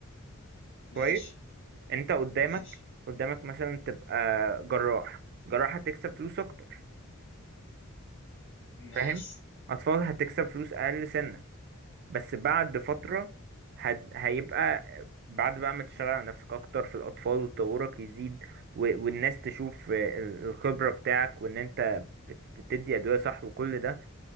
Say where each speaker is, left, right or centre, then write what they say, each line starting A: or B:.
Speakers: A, on the right (about 50°); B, on the left (about 60°).
A: كويس
B: ماشي
A: انت قدامك
B: ماشي
A: قدامك مثلا تبقى جراح جراح هتكسب فلوس اكتر فاهم
B: ماشي
A: اطفال هتكسب فلوس اقل سنه بس بعد فترة هت... هيبقى بعد بقى ما تشتغل على نفسك أكتر في الأطفال وتطورك يزيد و... والناس تشوف ال- الخبرة بتاعك وإن أنت بت... بتدي أدوية صح وكل ده